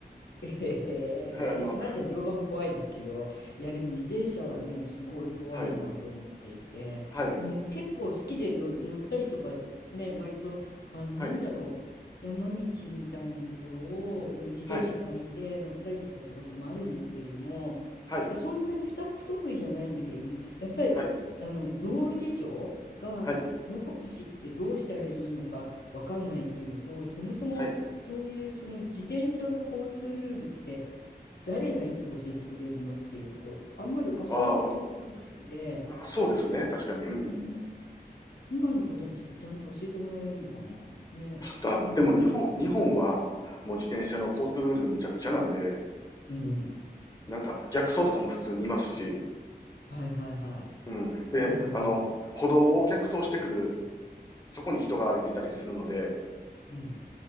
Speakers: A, on the left; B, on the left.
A: ええ私まだ乗馬も怖いですけど、
B: <laughs> あの、
A: いやでも自転車はもうすごい怖いなと思っていて、
B: はい、はい、
A: の結構好きでの乗ったりとかね、割と、あ、なんだろう、
B: はい、
A: 山道みたいなところをうん自転車借りて乗ったりとかしたこともあるんですけれども、
B: はい、はい、
A: で、そんなに不得不得意じゃないんだけれども、やっぱりあの道路事情がどこ走ってどうしたらいいのかわかんないっていうのと、
B: はい、はい、
A: そもそもそういうその自転車の交通ルールって
B: はい。
A: 誰がいつ教えてくれるのっていうところあんまり教わった記憶がないので、
B: ああ、そうですね、確かに。うん。
A: ね、今の子たちってちゃんと教えてもらえるのかなね、
B: だ、
A: どうなんでし
B: でも日本、日本は、もう自転車の交通ルールむちゃくちゃなんで、
A: ょう。うん。
B: なんか逆走とかも普通にいますし、
A: はいはいはい。
B: うん。で、
A: わかるわかる。
B: あの、歩道を逆走してくる、そこに人が歩いてたりするので、
A: うん。